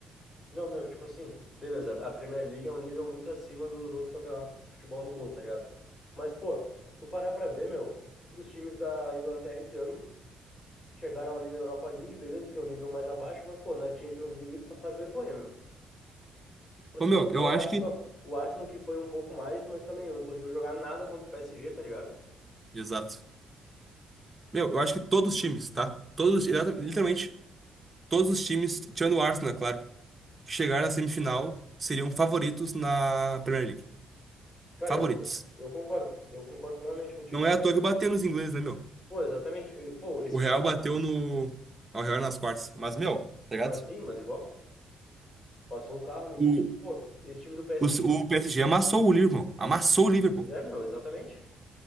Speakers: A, on the left; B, on the right.
A: Não, meu, tipo assim, beleza, a Premier League é um nível muito acima dos outros campeonatos de futebol no mundo, tá ligado? Mas, pô, se tu parar pra ver, meu, os times da Inglaterra esse ano chegaram ali na Europa League, beleza, que é o nível mais abaixo, mas, pô, na Champions League eles passaram vergonha, meu. Tipo assim,
B: Ô, meu, eu
A: só o
B: acho
A: Arsenal,
B: que.
A: o Arsenal que foi um pouco mais, mas também não conseguiu jogar nada contra o PSG, tá ligado?
B: Exato. Meu, eu acho que todos os times, tá? Todos, exata- literalmente, todos os times, tirando o Arsenal, é claro, que chegaram na semifinal seriam favoritos na Premier League.
A: Cara,
B: Favoritos.
A: eu, eu concordo, eu concordo plenamente contigo.
B: Não é à toa que bateu nos ingleses, né, meu?
A: Pô, exatamente, eu- pô, esse
B: O Real
A: time,
B: bateu no. ah, O Real nas quartas. Mas, meu, tá ligado?
A: mas sim, mas igual, passou o carro no City,
B: O,
A: pô, esse time do PSG
B: o, o PSG amassou o Liverpool. Amassou o Liverpool.
A: Pois é, meu, exatamente.